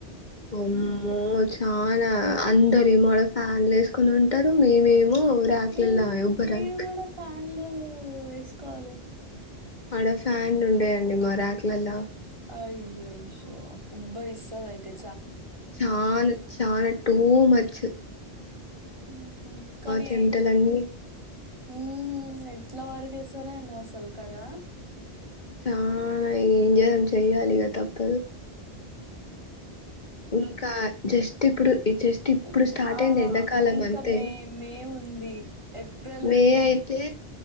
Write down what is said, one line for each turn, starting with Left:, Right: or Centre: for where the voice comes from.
Left: అ అమ్మో చు చాలా అందర ఏమో ఆడ ఫ్యాన్లు వేసుకుని ఉంటరు మేమేమో ర్యాక్లలా
Right: మీరు
Left: ఎవ్వరం
Right: మీరు కూడా ఫ్యాన్లు వేసుకోవాలి
Left: ఆడ ఫ్యాన్లు ఉండయండి మ రాక్ లలా
Right: అయ్యయ్యో ఉబరిస్సాదయ్తె
Left: చాన చాన టూ మచు
Right: ఊహు కనీ
Left: చెమటలన్నీ
Right: ఊ ఎట్ల వరకేసారే ఏమో అసలు కదా
Left: ఆ హ <unintelligible> చెయ్యాలిగ తప్పదు ఇంకా జస్ట్ ఇప్పుడు జస్ట్ ఇప్పుడు
Right: మ్
Left: స్టార్ట్
Right: ఆ
Left: అయింది ఎండాకాలం
Right: ఇంక
Left: అంతే
Right: మే మే ము ఉంది ఏప్రెల్
Left: మే
Right: ఉంది
Left: అయితే